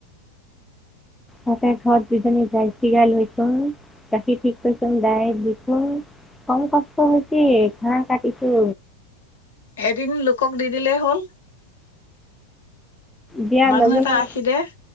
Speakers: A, in the centre; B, on the left (about 60°).
A: তাকাই ঘৰত যিজনী যাই ছি গা লৈছো গাখীৰ ঠিক কৰিছোন গাই দিখোন কম কষ্ট হৈছে ঘাঁহ কাটিছো।
B: এদিন লোকক দি দিলেই হ'ল।
A: দিয়াৰ
B: মানুহ
A: লগে
B: এটা
A: লগে
B: ৰাখি দে